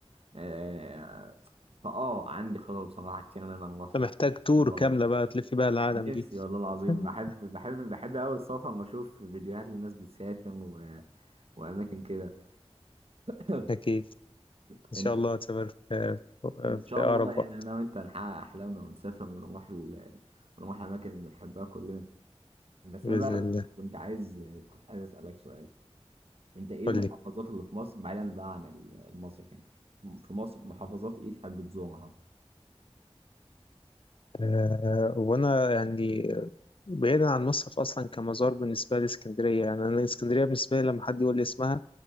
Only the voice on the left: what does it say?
أنت محتاج تور
كاملة
بقى تلف بقى العالم
دي
<laughs>
أكيد
إن
شاء الله هتسافر في,
في
أقرب
وقت
بإذن
الله
قول
لي
آه، وأنا يعني بعيدا عن مصر أصلا كمزار بالنسبة لي اسكندرية يعني أنا اسكندرية بالنسبة لي لما حد يقول لي اسمها